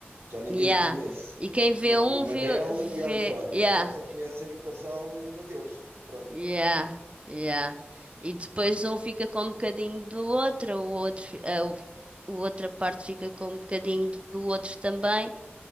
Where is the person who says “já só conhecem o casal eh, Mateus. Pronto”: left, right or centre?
Right